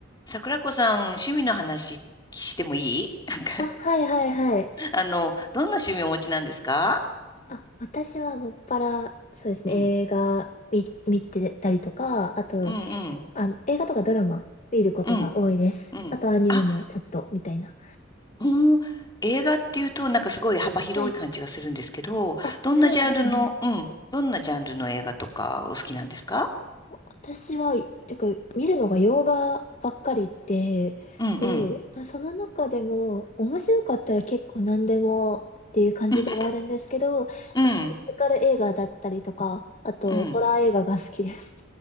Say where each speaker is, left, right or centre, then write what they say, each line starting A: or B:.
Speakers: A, on the left; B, on the left.
A: 桜子さん、趣味の話してもいい <laughs> なんか、
B: あ、はいはいはい。
A: あの、どんな趣味をお持ちなんですか
B: あ、私はもっぱら、そうですね、
A: うん、
B: 映画見、見てたりとか、あと、
A: うん、うん、
B: あの、映画とかドラマ見ることが多いです。
A: うん、うん。
B: あとアニメもちょっと、
A: あ、
B: みたいな。
A: うん、映画っていうと、なんかすごい幅広い感じがするんですけど、
B: はい。あ、
A: どんなジャンルの、
B: そうですね。
A: うん、どんなジャンルの映画とかお好きなんですか
B: 私は、てか、見るのが洋画ばっかりで、
A: うん、
B: で、
A: うん、
B: あその中でも、面白かったら結構何でもっていう感じではあるんですけど、
A: <laughs>
B: ミュージカル映画だったりとか、
A: うん、
B: あと、
A: うん。
B: ホラー映画が好きです。